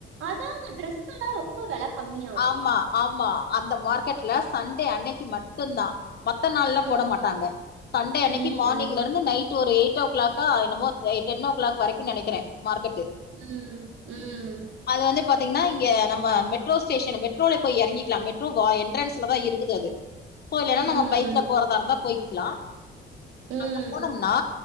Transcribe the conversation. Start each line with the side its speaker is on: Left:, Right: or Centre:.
Right: அதாங்க ட்ரெஸ் எல்லா ரொம்ப வெல கம்மியாமே
Left: ஆமா ஆமா அந்த மார்க்கெட்ல சண்டே அன்னைக்கு மட்டுன்தா மத்த நாள்ல்லா
Right: ம்
Left: போட மாட்டாங்க சண்டே அன்னைக்கு
Right: ம்
Left: மார்னிங்ல இருந்து நைட் டு ஒரு எய்ட் ஓ க்ளாக்கா என்னமோ தை டென் ஓ க்ளாக் வரைக்கு நெனக்கிறே மார்க்கெட்டு
Right: ம் ம்
Left: அது வந்து பாத்தீங்னா இங்க நம்ம மெட்ரோ ஸ்டேஷன் மெட்ரோல போய் யறங்கிக்லா மெட்ரோ வா என்ட்ரன்ஸ் ஸ்லதா இருக்குது அது சோ இல்லன்னா
Right: ம்
Left: நம்ம பைக்ல போறதா இருந்தா போய்க்கிக்கிலா
Right: ம் ம்
Left: அங்க போனோம்னா